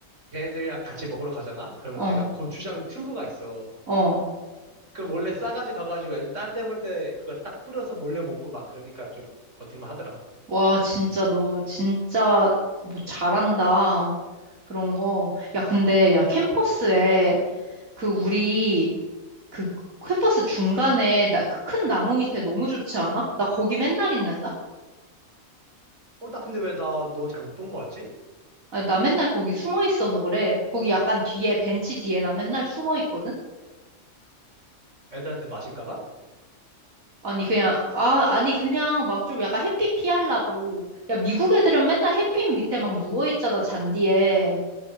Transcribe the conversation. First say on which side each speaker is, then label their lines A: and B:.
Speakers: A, on the right (about 60°); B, on the right (about 80°).
A: 걔네들이랑 같이 먹으러 가잖아? 그러면
B: 어,
A: 내가 고추장 튜브가 있어.
B: 어.
A: 그 몰래 싸가지고 가가지고 애들 딴데 볼 때 그거 딱 뿌려서 몰래 먹고 막 그러니까 좀 버틸만 하더라.
B: 와, 진짜 너 진짜 뭐 잘한다. 그런 거. 야, 근데 야, 캠퍼스에 그 우리 그 캠퍼스 중간에 나, 그 큰 나무 밑에 너무 좋지 않아? 나 거기 맨날 있는다?
A: 어, 나 근데 왜 나 너 잘 못 본 거 같지?
B: 아, 나 맨날 거기 숨어 있어서 그래. 거기 약간 뒤에 벤치 뒤에 나 맨날 숨어 있거든.
A: 애들한테 맞을까 봐?
B: 아니 그냥 아 아니 그냥 막 좀 약간 햇빛 피하려고 야 미국 애들은 맨날 햇빛 밑에 막 누워 있잖아 잔디에